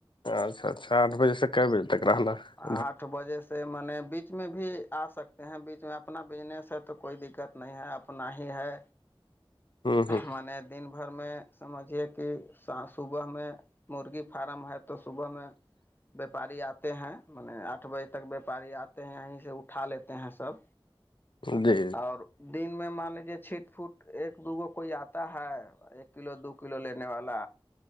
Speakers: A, on the left; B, on the left.
A: اچھا اچھا آٹھ بجے سے ک بجے تک رہنا <unintelligible>
B: آھ <unintelligible> وجہ سے میں نے بیچ میں بھی آ سکتے ہیں بیچ میں اپنا بزنس ہے تو کوئی دقت نہیں ہے <unintelligible> نہ ہی ہے
A: ہوں ہوں
B: م نے دن بھر میں سمجھیے کہ صبح میں مرغی فارم ہے تو صبح میں ویاپاری آتے ہیں م آٹھ بجے تک ویاپاری آتے ہیں یہیں سے اٹھا لیتے ہیں سب
A: جی
B: اور دن میں مان لیجے چٹ پوٹ ایک <unintelligible> ایک دوگو کوئی آتا ہے ایک کلو دو کلو لینے والا